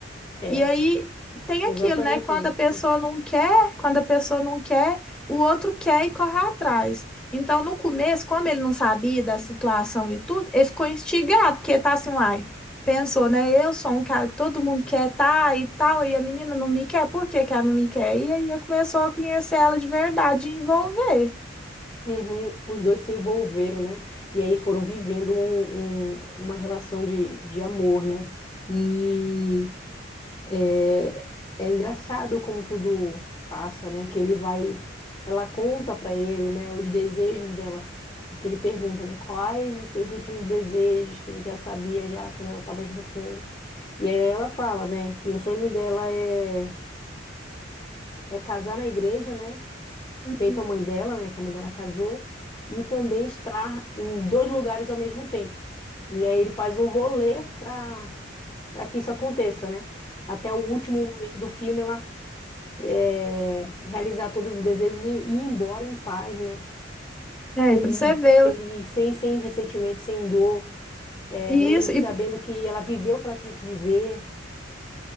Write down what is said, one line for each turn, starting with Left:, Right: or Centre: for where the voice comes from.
Left: Era.
Centre: E aí tem aquilo,
Left: Exatamente
Centre: né? Quando
Left: isso.
Centre: a pessoa não quer, quando a pessoa não quer, o outro quer e corre atrás. Então, no começo, como ele não sabia da situação e tudo, ele ficou instigado, porque tá assim, uai, pensou, né? Eu sou um cara que todo mundo quer tá e tal, e a menina não me quer, por que que ela não me quer? E aí ele começou a conhecer ela de verdade e envolver.
Left: Uhum, Os dois se envolveram, né? E aí foram vivendo um- um- uma relação de, de amor, né? E é, é engraçado como tudo passa, né? Que ele vai, ela conta pra ele, né? Os desejos dela, que ele pergunta, né? Quais os teus últimos desejos que ele já sabia já quando ela estava junto com ele. E aí ela fala, né? Que o sonho dela é é casar na igreja, né?
Centre: Uhum.
Left: feito a mãe dela, né, que a mãe dela casou, e também estar em dois lugares ao mesmo tempo. E aí ele faz um rolê para para que isso aconteça, né? Até o último momento do filme ela é, realizar todos os desejos e ir embora em paz, né?
Centre: É,
Left: Feliz,
Centre: é, para você ver.
Left: feliz, sem, sem ressentimento, sem dor, é,
Centre: E
Left: meio
Centre: isso,
Left: que
Centre: e
Left: sabendo que ela viveu o que ela tinha que viver.